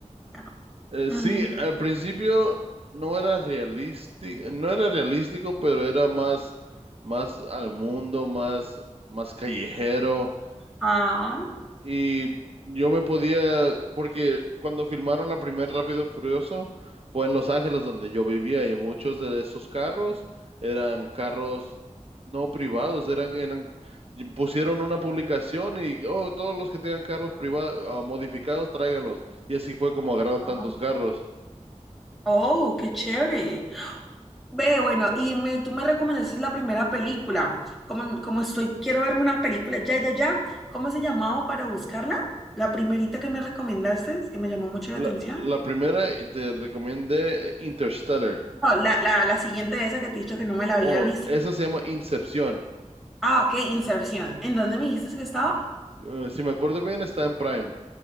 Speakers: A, in the centre; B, on the right.
A: ya no.
B: Eh, sí,
A: Ujú.
B: al principio no era realístico, no era realístico, pero era más, más al mundo, más, más callejero.
A: Ajá.
B: Y yo me podía, porque cuando filmaron la primera Rápido y Furioso fue en Los Ángeles donde yo vivía y muchos de esos carros eran carros no privados, eran, eran y pusieron una publicación y oh, todos los que tengan carros privados modificados, tráigalos. Y así fue como agarraron
A: Ah.
B: tantos carros.
A: Oh, qué chévere. Ve, bueno, y me, tú me recomendaste la primera película. Como, como estoy, quiero verme una película, ya, ya, ya. ¿Cómo se llamaba para buscarla? La primerita que me recomendaste, es que me llamó mucho la atención.
B: La, la primera eh, te recomendé Interstellar.
A: No, la, la, la siguiente de esa que te he dicho que no me la había
B: Oh,
A: visto.
B: esa se llama Incepción.
A: Ah, ok, Inserción. ¿En dónde me dijiste que estaba?
B: Eh, si me acuerdo bien, está en Prime.